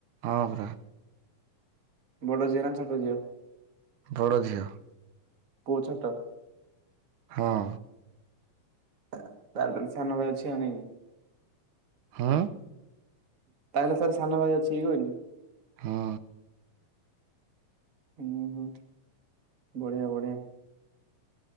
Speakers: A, on the right (about 75°); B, on the right (about 35°).
A: ହଁ ପରା।
B: ବଡ଼ ଝିଅ ନା ଛୋଟ ଝିଅ?
A: ବଡ଼ ଝିଅ।
B: ପୁଅ ଛୋଟ?
A: ହଁ।
B: ତା ତାହେଲେ ସାନ ଭାଇ ଅଛି ନାଇକି?
A: ହୁଁ।
B: ତାହେଲେ ତାର ସାନ ଭାଇ ଅଛି ଇ କହିଲି।
A: ହୁଁ।
B: ହୁଁ ହୁଁ ବଢିଆ ବଢିଆ।